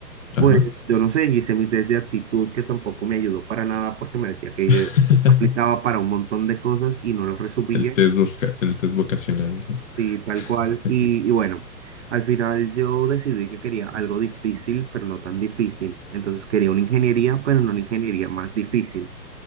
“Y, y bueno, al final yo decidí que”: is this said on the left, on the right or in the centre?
Right